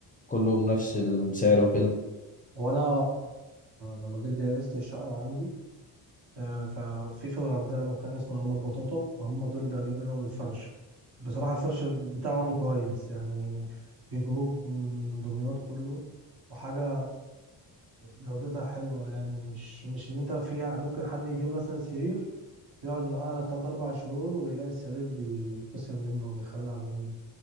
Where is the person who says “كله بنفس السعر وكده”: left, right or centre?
Left